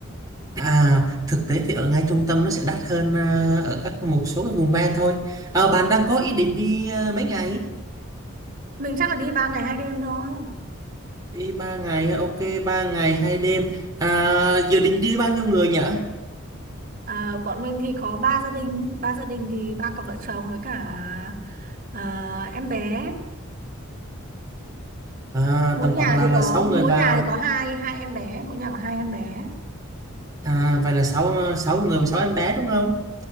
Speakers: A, on the right; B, on the right.
A: à thực tế thì ở ngay trung tâm nó sẽ đắt hơn ờ, ở các một số các vùng ven thôi ờ, bạn đang có ý định đi ờ, mấy ngày
B: mình chắc là đi ba ngày hai đêm thôi
A: Đi ba ngày, ok, ba ngày hai đêm. À, dự định đi bao nhiêu người nhỉ?
B: à, bọn mình thì có ba gia đình ba gia đình thì ba cặp vợ chồng với cả ờ, em bé
A: À,
B: mỗi
A: tầm
B: nhà
A: khoảng là
B: thì
A: là
B: có
A: sáu
B: mỗi
A: người và
B: nhà thì có hai hai em bé mỗi nhà có hai em bé
A: à, vậy là sáu sáu người và sáu em bé đúng không?